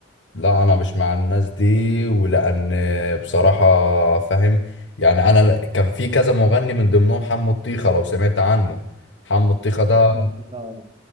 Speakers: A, on the left; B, on the right.
A: لا أنا مش مع الناس دي ولأن بصراحة فاهم يعني أنا ل- كان في كذا مغني من ضمنهم حمو الطيخة لو سمعت عنه حمو الطيخة ده
B: انا عم مصطفى